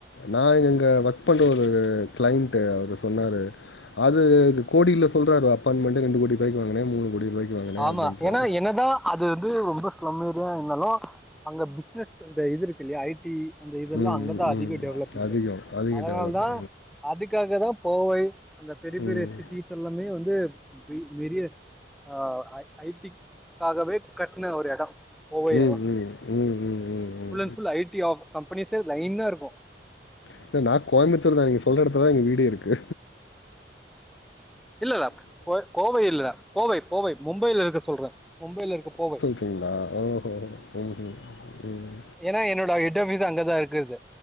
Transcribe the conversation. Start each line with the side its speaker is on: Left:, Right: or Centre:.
Left: நா இங்கே ஒர்க் பண்ணுறவ்ரு ஒரு கிளைண்ட் அவரு சொன்னாரு அது கோடியில சொல்றாரு அப்பாயின்மெண்ட் ரெண்டு கோடி பைக்வாங்னே மூணுகோடி ரூபாய்கு வாங்கனே
Centre: ஆமா
Left: அப்டின்ராரு
Centre: ஏன்னா என்னதா அது வந்து ரொம்ப ஸ்லம் ஏரியா இருந்தாலு அங்க பிஸ்னஸ் அந்த இது இருக்கு இல்லயா ஐ டி அந்த இதல்லா
Left: ம்,
Centre: அங்கதா அதிக
Left: ம்.
Centre: டெவலப்மெண்ட்டு
Left: அதிகம். அதிக
Centre: அதனால்தா
Left: டெவலப்டு.
Centre: அதுக்காகதா கோவை அந்த பெரிய
Left: ம்.
Centre: பெரிய சிட்டிஸ் எல்லாமே வந்து வெ வெரிய அ ஐ ஐடிக் அது அப்டியே கட்ன ஒரு எடோ கோவை அதுலா
Left: ம். ம், ம். ம், ம், ம், ம்.
Centre: Full and full IT of கம்பெனிஸே லைனா இருக்கு
Left: இல்ல நா கோயம்புத்தூர்தா நீங்க சொல்ற எடத்துலதா எங்க வீடு இருக்கு
Centre: இல்ல இல்ல கோவை இல்ல போவை போவை மும்பையில இருக்கத சொல்றே மும்பையில இருக்க போவை
Left: இந்தா இஹூம் இஹூம் ம்
Centre: ஏனா என்னோட ஹெட்ஆஃபீசு அங்கதா இருக்குது